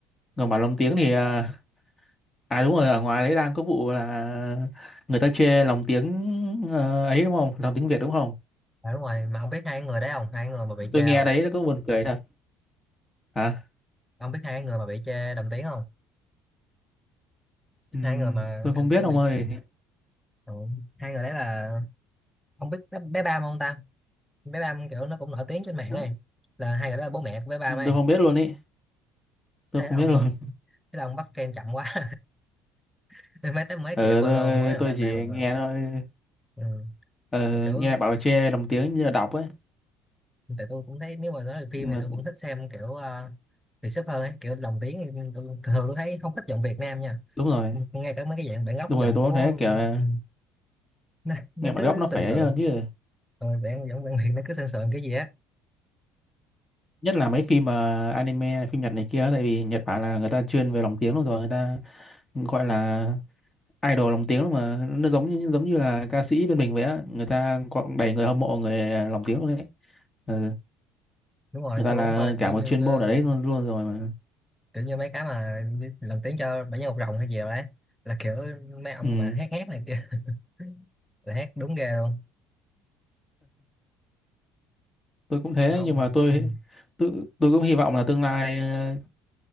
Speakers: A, on the left; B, in the centre.
A: Còn bản lồng tiếng thì ờ, à đúng rồi, ở ngoài đấy đang có vụ là người ta chê lồng tiếng ờ, ấy đúng không? Lồng tiếng Việt đúng không?
B: À, đúng rồi, mà không biết hai cái người đấy không? Hai người mà bị
A: Tôi
B: chê
A: nghe
B: không?
A: đấy nó có buồn cười thật. Hả?
B: Ông biết hai cái người mà bị chê đồng tiếng không?
A: Ừm,
B: Hai người mà
A: tôi không
B: kiểu
A: biết
B: kiểu
A: ông
B: bị...
A: ơi.
B: Ừ. Hai người đấy là... Ông biết bé, bé Bam không ta? Bé Bam kiểu nó cũng nổi tiếng trên mạng
A: Ừ,
B: ấy. Là hai người đó là bố mẹ của bé Bam ấy.
A: Tôi không biết luôn ý. Tôi
B: Thế
A: không
B: ông...
A: biết luôn.
B: Thế là ông bắt trend chậm quá. <laughs> Mấy tới mấy
A: ờ
B: triệu follow
A: tôi
B: mới
A: tôi
B: nổi lên
A: chỉ
B: đây mà.
A: nghe thôi
B: Ừ.
A: ờ,
B: mà kiểu
A: nghe bảo che lồng tiếng như là đọc ấy
B: tại tôi cũng thấy nếu mà nói về phim
A: mà
B: thì tôi cũng thích xem kiểu ờ, Việt sắp hơn ấy, kiểu lồng tiếng thì tôi, thường tôi thấy không thích giọng Việt Nam nha
A: đúng rồi
B: ngay cả mấy cái dạng bản gốc
A: đúng
B: giọng
A: rồi tôi
B: của
A: cũng thấy kiểu ờ,
B: ừ, nó, nó
A: nghe bản
B: cứ
A: gốc nó
B: sần
A: phải
B: sượng
A: ấy hơn chứ
B: ừ, bản giọng bản Việt nó cứ sần sượng cái gì á
A: nhất là mấy phim mà anime phim Nhật này kia tại vì Nhật Bản là người ta chuyên về lồng tiếng luôn rồi người ta gọi là idol lồng tiếng luôn mà nó giống như giống như là ca sĩ bên mình vậy á người ta có đầy người hâm mộ người ờ, lồng tiếng luôn đấy ừ.
B: đúng rồi
A: người ta
B: tôi
A: là
B: cũng coi
A: cả
B: kiểu
A: một
B: như
A: chuyên
B: ờ,
A: môn ở đấy luôn luôn rồi mà
B: kiểu như mấy cái mà đi lồng tiếng cho bảy nhân một rồng hay gì đó đấy là kiểu mấy ông
A: ừ
B: mà hát hát này kia <laughs> là hát đúng ghê luôn
A: tôi cũng thế
B: mà ông
A: nhưng mà tôi
B: ừ,
A: tôi tôi cũng hy vọng là tương lai ờ,